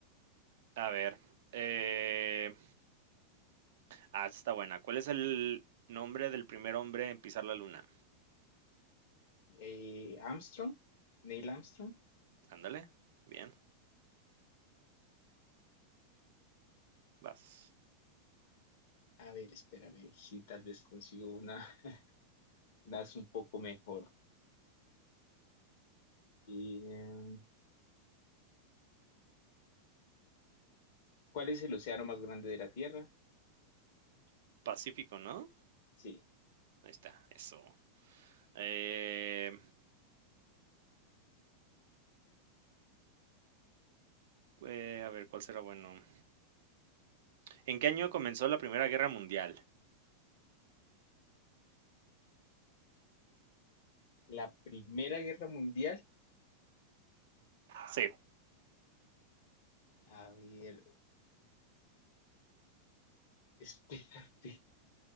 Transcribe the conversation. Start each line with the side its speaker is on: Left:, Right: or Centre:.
Right: ya. A ver, eh Ah, está buena. ¿Cuál es el nombre del primer hombre en pisar la luna?
Left: Eh, Armstrong, Neil Armstrong.
Right: Ándale, bien, vas.
Left: A ver, espérame, si tal vez consigo una, <laughs> das un poco mejor. Eh, ¿cuál es el océano más grande de la Tierra?
Right: Pacífico, ¿no?
Left: Sí,
Right: Ahí está, eso. Eh, eh, a ver, ¿cuál será bueno? ¿En qué año comenzó la Primera Guerra Mundial?
Left: la Primera Guerra Mundial.
Right: Sí.
Left: A ver, <laughs> espérate.